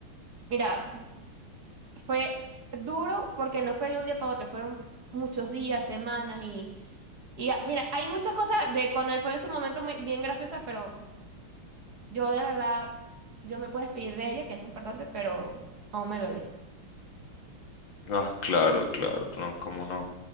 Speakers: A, on the right (about 45°); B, on the left (about 60°).
A: Mira, fue duro porque no fue de un día para otro, fueron muchos días, semanas y, y ah, mira, hay muchas cosas de cuando fue en su momento muy, bien graciosas, pero yo de verdad, yo me puedo despedir de ella, que es lo importante, pero aún me duele.
B: Ah, claro, claro, no, cómo no.